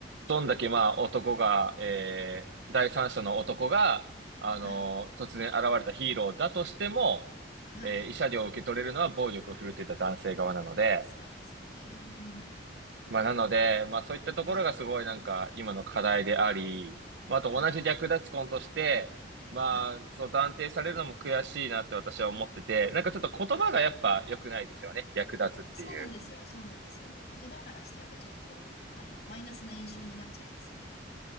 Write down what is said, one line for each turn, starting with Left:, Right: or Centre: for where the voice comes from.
Right: どんだけまあ男が、えー、第三者の男が、あの突然現れたヒーローだとしても、
Left: はい。はい。
Right: えー慰謝料を受け取れるのは暴力を振るっていた男性側なので、
Left: そうですね。うん。うんうんうん
Right: まあ、なので、まあ、そういったところがすごいなんか、
Left: はい。
Right: 今の課題であり、まあ、あと同じ略奪婚として、
Left: はい。
Right: まあ、
Left: はい。
Right: そう断定されるのも悔しいなって私は思ってて、なんかちょっと言葉がやっぱ良くないですよね。
Left: はい。
Right: 略奪っていう。
Left: そうなんですよ。そうなんですよ。もう言葉からしてやっぱちょっと、あの、マイナスな印象になっちゃいますね。